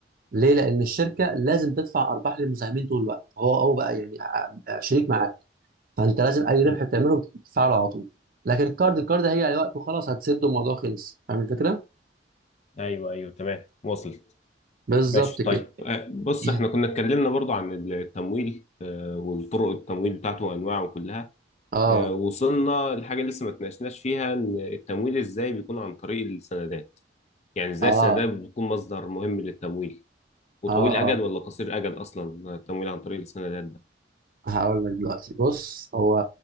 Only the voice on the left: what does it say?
مم.
ايوه ايوه تمام وصل
ماشي
طيب آه، بص
احنا كنا اتكلمنا برضو عن التمويل آه، والطرق التمويل بتاعته وانواعه كلها
آه، وصلنا لحاجه لسه ما اتناقشناش فيها ان التمويل ازاي بيكون عن طريق السندات يعني ازاي
السندات بتكون مصدر مهم للتمويل وطويل
اجل
ولا قصير اجل اصلا التمويل عن طريق السندات ده